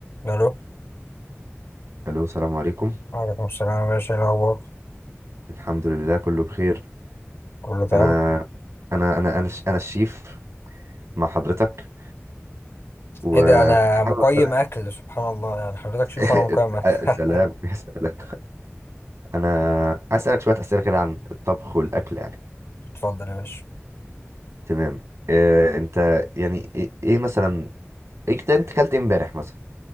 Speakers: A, on the left; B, on the right.
A: الو
B: الو السلام عليكم
A: وعليكم السلام يا باشا إيه الاخبار
B: الحمد لله كله بخير
A: كله تمام
B: انا انا انا انا الش- انا الشيف مع حضرتك وكنت
A: ايه ده انا
B: حابب
A: مقيم
B: اسالك
A: اكل سبحان الله يعني حضرتك شوف
B: <laughs>
A: انا مقيم اكل
B: سلام
A: <laughs>
B: يا سلام انا عايز اسالك شويه اسئله كده عن الطبخ والاكل يعني
A: اتفضل يا باشا
B: تمام إيه انت يعني ايه إيه مثلا ايه كت- انت اكلت إيه امبارح مثلا